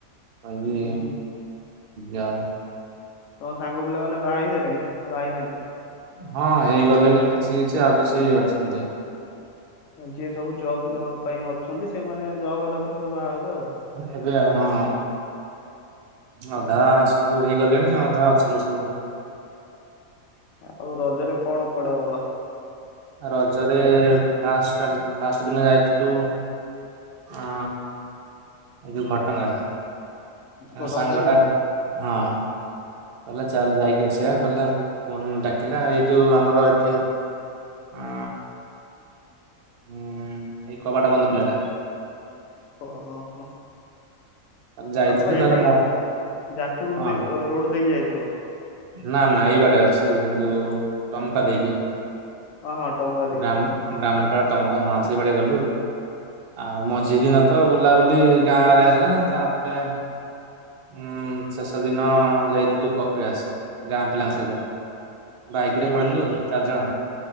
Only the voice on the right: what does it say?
ଆଜି
ଯାଅ
ହଁ ହେଇଗଲେଣି କିଛି କିଛି ଆଉ କିଛି ଅଛନ୍ତି।
ଏବେ ଆଉ ହଁ ଉଁ ହୁଁ ଅଧା
ସବୁ ହେଇଗଲେ ଣି ଅଧା ଅଛନ୍ତି ସବୁ।
ରଜରେ ଫାଷ୍ଟ ଫାଷ୍ଟ ଦିନ ଯାଇଥିଲୁ ଅ ଯୋଉ ଘଟଗାଁ।
ସାଙ୍ଗ
ଟା ହଁ କହିଲା ଚାଲ ଯାଇକି ଆସିବା। ହେଲା ଫୋନ୍ ଡାକିଲା ଏଇ ଯୋଉ ଆମର ଏଠି ଅ ହୁଁ ଏଇ କବାଟ ବନ୍ଦ ପିଲାଟା।
ତାଲେ ଯାଇଥିଲୁ
ତାହେଲେ
ମ
ହଁ
ନା ନା ଏଇ ବାଟେ ଅଛି ଯୋଉ ଟମକା ଦେଇକି।
ବ୍ରାହ୍ମ
ବ୍ରାହ୍ମଣୀପାଳ ଟମକା ହଁ ସେଇ ବାଡେ ଗଲୁ। ଆଉ ମଝି ଦିନ ତ ବୁଲାବୁଲି ଗାଁ ରେ ହେଲା ତାପରେ ଉଁ ଶେଷ ଦିନ ଯାଇଥିଲୁ କପିଳାସ। ଗାଁ ପିଲାଙ୍କ ସହିତ। ବାଇକ ରେ ପଳେଇଲୁ ଚାରିଜଣ।